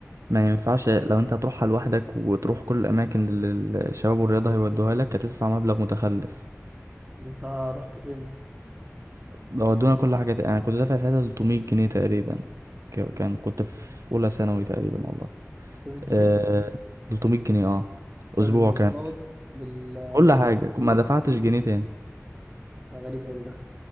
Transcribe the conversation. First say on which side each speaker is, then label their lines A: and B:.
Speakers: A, on the right; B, on the right.
A: ما ينفعش لو انت هتروحها لوحدك وتروح كل الأماكن اللي الشباب والرياضة هيودوها لك هتدفع مبلغ متخلف
B: انت رحت فين
A: ودونا كل حاجة تق- أنا كنت دافع ساعتها 300 جنيه تقريبا ك- كان كنت في أولى ثانوي تقريبا والله
B: 300
A: آه
B: جنيه
A: 300 جنيه اه
B: ده
A: اسبوع
B: بالمواصلات
A: كامل
B: بالخروجات
A: كل حاجه
B: كله
A: ما دفعتش جنيه تاني
B: ده غريب أوي ده